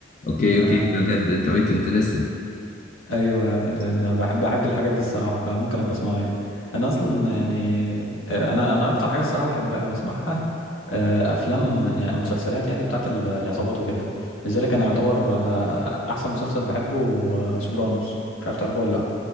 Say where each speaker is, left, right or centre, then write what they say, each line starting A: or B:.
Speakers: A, on the left (about 40°); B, on the left (about 85°).
A: أوكي أوكي
B: آه،
A: بجد أنت بقيت انترستد
B: ايوه انا بحب بحب الحاجات دي الصراحه فممكن ابقى اسمعها يعني انا اصلا يعني آه، انا انا اكتر حاجه الصراحه بحب اسمعها آه، افلام يعني او مسلسلات يعني بتاعت ال- العصابات وكده لذلك انا يعتبر آه، آه، احسن مسلسل بحبه آه، سوبرانوس مش عارف تعرفه ولا لا